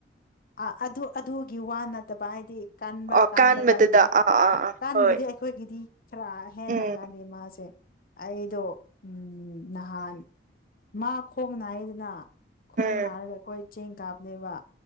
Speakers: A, on the left (about 50°); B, on the right (about 45°).
A: ꯑ ꯑꯗꯨ ꯑꯗꯨꯒꯤ ꯋꯥ ꯅꯠꯇꯕ ꯍꯥꯏꯗꯤ ꯀꯥꯟꯕ
B: ꯑꯣ
A: ꯀꯥꯟꯗꯕ
B: ꯀꯥꯟꯕꯗꯨꯗ
A: ꯅꯨꯃꯤꯠ
B: ꯑꯥ ꯑꯥ ꯑꯥ
A: ꯀꯥꯟꯕꯨꯗꯤ
B: ꯍꯣꯏ
A: ꯑꯩ ꯑꯩꯈꯣꯏꯒꯤꯗꯤ ꯈꯔ ꯍꯦꯟꯅ
B: ꯎꯝ
A: ꯀꯥꯜꯂꯦ ꯃꯥꯁꯦ ꯑꯩꯗꯣ ꯎꯝ ꯅꯍꯥꯟ ꯃꯥ ꯈꯣꯡ ꯅꯥꯏꯌꯦꯗꯅ ꯈꯣꯡ
B: ꯎꯝ
A: ꯅꯥꯔꯒ ꯑꯩꯈꯣꯏ ꯆꯤꯡ ꯀꯥꯕꯥꯅꯦꯕ